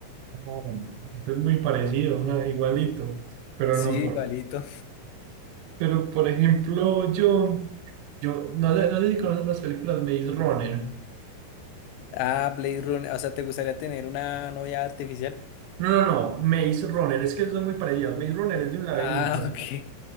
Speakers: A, on the right (about 80°); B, on the left (about 85°).
A: Ah, bueno, Es muy parecido, ah, igualito, pero
B: Sí,
A: no, por,
B: igualito.
A: pero por ejemplo, yo, yo, no sé, no sé si conoces las películas Maze Runner.
B: Ah, Blade Runner. O sea, ¿te gustaría tener una novia artificial?
A: No, no, no, Maze Runner, es que son muy parecidas. Maze Runner es de un laberinto.
B: Ah, <laughs> ok.